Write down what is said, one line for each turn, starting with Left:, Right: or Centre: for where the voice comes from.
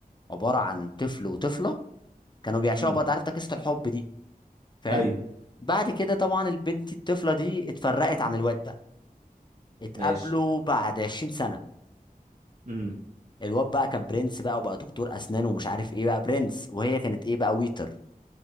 Left: عباره عن طفل وطفله كانوا بيعشقوا
Right: امم
Left: بعض عارف انت قصه الحب دي فاهم
Right: ايوه
Left: بعد كده طبعا البنت الطفله دي اتفرقت عن الواد ده اتقابلوا
Right: ماشي
Left: بعد 20 سنه
Right: امم
Left: الواد بقى كان برنس بقى وبقى دكتور اسنان ومش عارف ايه بقى برنس وهي كانت ايه بقى ويتر